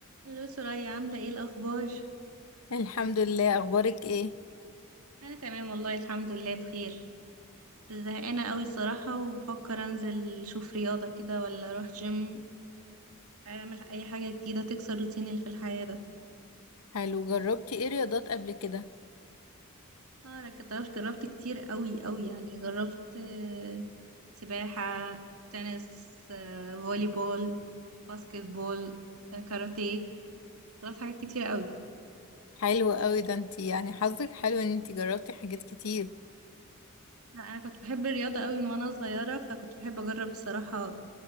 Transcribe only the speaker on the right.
الو سرايا عاملة ايه الأخبار؟
أنا تمام والله الحمد لله بخير زهقانة قوي صراحة وبفكر أنزل أشوف رياضة كده ولا أروح جيم أعمل أي حاجة جديدة تكسر الروتين اللي في الحياة ده
اه أنا جربت جربت كتير قوي قوي يعني جربت آه، سباحة تنس آه، فولي بول باسكت بول آه، كاراتيه جربت حاجات كتير قوي
لا أنا كنت بحب الرياضة قوي من وأنا صغيرة فكنت بحب أجرب الصراحة